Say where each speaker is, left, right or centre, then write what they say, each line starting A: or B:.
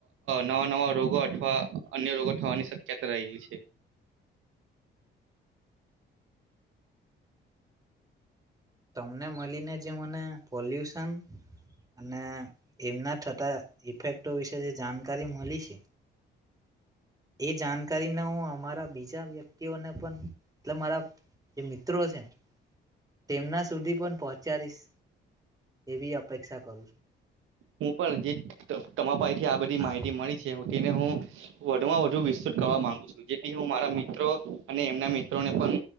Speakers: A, on the right (about 85°); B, on the right (about 20°).
A: નવા નવા રોગો અથવા અન્ય રોગો થવાની શક્યતા રહેલી છે
B: તમને મળીને જે મને પોલ્યુશન અને એમના થતા ઇફેક્ટો વિશે જે જાણકારી મળી છે એ જાણકારીને હું અમારા બીજા વ્યક્તિઓને પણ મતલબ મારા જે મિત્રો છે તેમના સુધી પણ પહોચાડીશ એવી અપેક્ષા કરું છું
A: હું પણ જે તમ તમા પાસેથી આ બધી
B: હા
A: માહિતી મળી છે તેને હું વધુ માં વધુ વિસ્તૃત કરવા માંગુ છું જેથી હું મારા મિત્રો ત્રો અને એમના મિત્રોને પણ